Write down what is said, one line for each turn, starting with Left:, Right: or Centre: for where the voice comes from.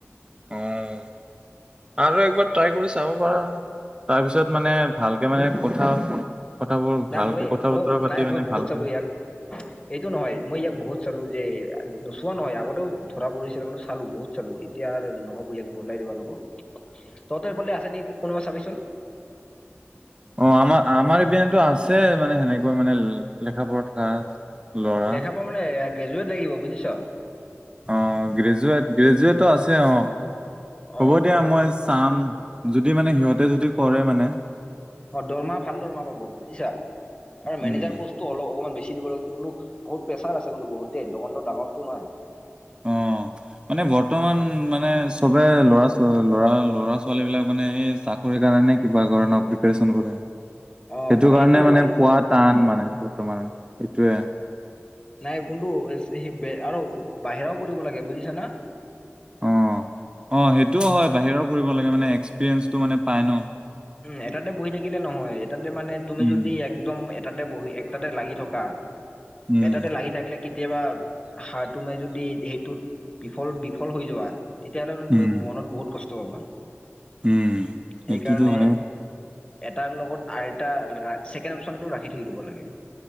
Left: <unintelligible>
Right: অ'। আৰু একবাৰ ট্ৰাই কৰি চাব পাৰা। তাৰপিছত মানে ভালকে মানে কথা কথাবোৰ
Left: নাই
Right: ভালকে
Left: মই
Right: কথা
Left: মই
Right: বতৰা পাতি
Left: নাই মই
Right: মানে
Left: বহুত
Right: ভালকে‌।
Left: চালো ইয়াক এইটো নহয় মই ইয়াক বহুত চালো যে নোচোৱা নহয় আগতেও ধৰা পৰিছিল কিন্তু চালো বহুত চালো এতিয়া নহব ইয়াক বদলাই দিবা লাগিব, তহতৰ ফালে আছে নেকি কোনোবা চাবিচোন।
Right: অ আমাৰ আমাৰ ইপিনেতো আছে মানে সেনেকৈ মানে লেখা পঢ়া থকা। ল'ৰা
Left: লেখা পঢ়া মানে গ্ৰেজুৱেট লাগিব বুজিছ?
Right: অ গ্ৰেজুৱেট গ্ৰেজুৱেটো আছে অ হ'ব
Left: অ
Right: দিয়া মই চাম যদি মানে সিহঁতে যদি কৰে মানে।
Left: অ দৰমহা ভাল দৰমহা পাব বুজিছা আৰে মেনেজাৰ
Right: উম
Left: পষ্ট ত অলপ অকমান বেছি দিব লাগে কিন্তু বহুত প্ৰেছাৰ আছে কিন্তু বহু দোকানটো ডাঙৰটো না। <unintelligible>
Right: অ মানে বৰ্তমান মানে চবে ল'ৰা লৰা ল'ৰা-ছোৱালী বিলাক মানে এই চাক‌ চাকৰিৰ কাৰণে কিবা কাৰণে প্ৰিপাৰেচন কৰে।
Left: অ
Right: সেইটো
Left: হয়
Right: কাৰণে মানে
Left: হয়
Right: পোৱা টান মানে বৰ্তমানৰ সেইটোয়ে।
Left: নাই কোনটো আৰু বাহিৰাও কৰিব লাগে বুজিছা ন।
Right: অ অ সেইটোও হয় বাহিৰৰ কৰিব লাগে মানে এক্সপিৰিয়েঞ্চেটো মানে পায় ন।
Left: উম এটাতে বহি থাকিলে নহয় এটাতে মানে তুমি
Right: উম
Left: যদি একদম এটাতে বহি একটাতে লাগি থকা,
Right: উম
Left: এটাতে লাগি থাকিলে কেতিয়াবা হাৰ তুমি যদি সেইটোত বিফল বিফল হৈ যোৱা। তেতিয়াহ'লে মানে তুমি
Right: উম
Left: মনত বহুত কষ্ট পাবা।
Right: উম সেইটোতো
Left: সেইকাৰণে
Right: হয়ে।
Left: এটাৰ লগত আৰু এটা ছেকেণ্ড অপশচন টো ৰাখি থৈ দিব লাগে।